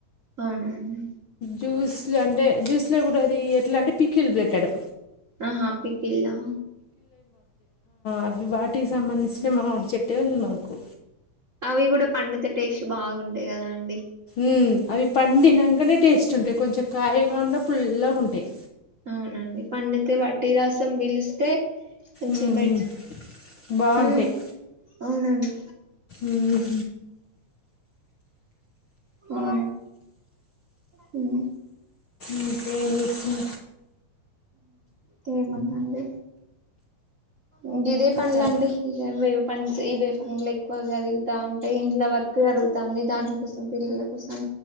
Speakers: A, on the right; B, on the left.
A: అవునండి
B: జ్యూస్ లో అంటే జ్యూస్ లో కూడా అది ఎట్లాంటే పికిల్ పెట్టాడు
A: ఆహ పికిల్ ఆ
B: అది వాటికి సంబంధించిన మామిడి చేట్టే ఉంది మాకు
A: అవి కూడా పండితే టేస్ట్ బాగుంటాయి కదా అండి
B: హు అవి పండినాకనే టేస్ట్ ఉంటాయి కొంచెం కాయగా ఉన్న పుల్లాగా ఉంటాయి
A: అవునండి పండితే వట్టి రసం పీలిస్తే కొంచెం
B: ఉమ్,
A: బట్
B: బాగుంటాయి
A: హ్మ్మ్ అవునండి
B: ఉమ్,
A: ఆ హ్మ్
B: ఇంకేం చేస్తున్నా
A: తె మనడి ఉండేదె పనులండి
B: సరే
A: పంస్ ఇవే పండ్లు ఎక్కువ జరుగుతా ఉంటాయి ఇంట్లో వర్క్ జరుగుతుంది దానికోసం పిల్లల కోసం